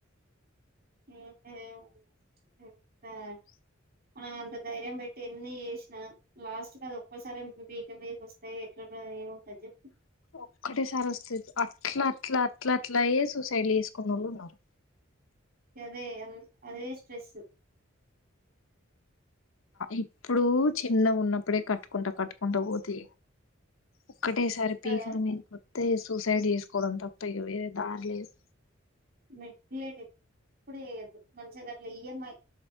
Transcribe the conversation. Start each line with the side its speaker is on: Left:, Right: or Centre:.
Right: <unintelligible> మన అంత ధైర్యం పెట్టి ఎన్ని చేసినా లాస్ట్ కి అది ఒక్కసారి పీక మీదకి వస్తాయి ఎట్లా <unintelligible> చెప్పు
Left: ఒక్కటే సారి వస్తది అట్ల అట్ల అట్ల అట్లా అయ్యే సూసైడ్ చేసుకున్న వాళ్ళు ఉన్నారు
Right: అదే అ అదే స్ట్రెస్సు
Left: ఇప్పుడు చిన్న ఉన్నప్పుడే కట్టుకుంటా కట్టుకుంటా పోతే ఒక్కటేసారి
Right: కదా
Left: పీకల మీద కొతే సూసైడ్ చేసుకోవడం తప్ప ఇగ వేరే దారి లేదు
Right: లేట్ ఇప్పుడు చేయద్దు మనసగర్లో ఈఎంఐ